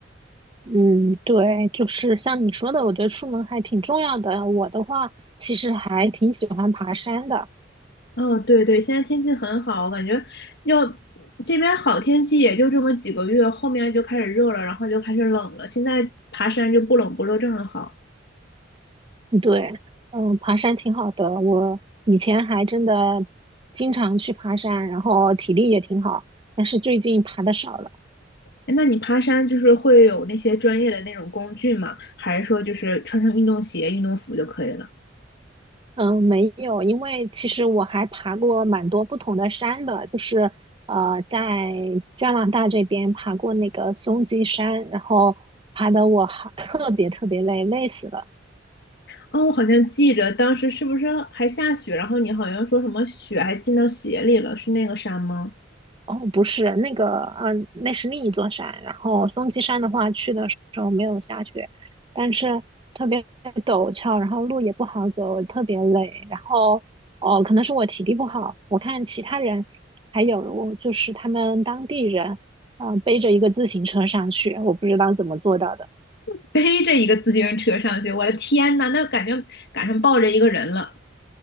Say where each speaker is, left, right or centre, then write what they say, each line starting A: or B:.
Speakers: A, on the right (about 25°); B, on the left (about 60°).
A: 嗯，对，就是像你说的，我觉得出门还挺重要的。我的话，其实还挺喜欢爬山的。
B: 哦，对对，现在天气很好，我感觉要这边好天气也就这么几个月，后面就开始热了，然后就开始冷了。现在爬山就不冷不热，正好。
A: 对，嗯，爬山挺好的。我以前还真的经常去爬山，然后体力也挺好，但是最近爬的少了。
B: 哎那你爬山就是会有那些专业的那种工具吗？还是说就是穿上运动鞋、运动服就可以了？
A: 嗯，没有，因为其实我还爬过蛮多不同的山的，就是呃，在加拿大这边爬过那个松鸡山，然后爬的我好特别特别累，累死了。
B: 哦，我好像记着当时是不是还下雪，然后你好像说什么雪还进到鞋里了，是那个山吗？
A: 哦，不是那个，嗯、那是另一座山。然后松鸡山的话，去的时候没有下雪，但是特别陡峭，然后路也不好走，特别累。然后，哦，可能是我体力不好，我看其他人，还有就是他们当地人，嗯、背着一个自行车上去，我不知道怎么做到的。
B: <laughs> 背着一个自行车上去，我的天呐，那感觉赶上抱着一个人了。